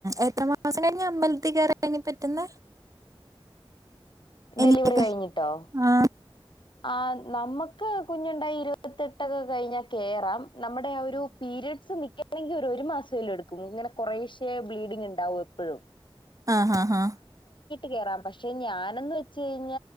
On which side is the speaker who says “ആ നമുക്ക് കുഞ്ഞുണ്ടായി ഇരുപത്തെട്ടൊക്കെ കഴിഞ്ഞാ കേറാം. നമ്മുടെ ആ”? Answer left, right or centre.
Left